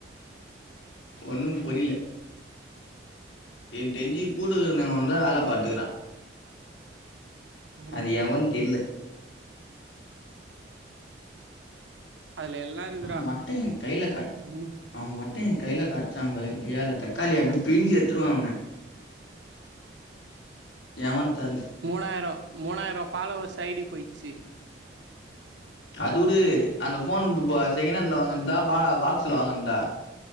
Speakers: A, on the left; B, on the right.
A: ஒன்னு புரியில என்க் தெரிஞ்சி கூட இருக்கிற எவனோதா வேல பாத்துக்குறா
B: அடப்
A: அது எவன் தெர்ல
B: அதுல எல்லா இருக்குடா
A: நா மட்டு எ கைல காட்
B: ம்
A: அவ மட் டு ஏ கைல கட்ச்சாங்க வை கொ கொய்யாள தக்காளிய அப்டி பிழிஞ்சி எட்த்துருவ அவன எவனு தெர்ல
B: மூணாயிரம் மூணாயிரம் ஃபாலோவர்ஸ் ஐ டி போய்டுச்சு
A: அது வுடு அந்த ஃபோன் செகண்ட் ஹேண்டில வாங்கந்தா பா பாக்ஸ்ல வாங்கந்தா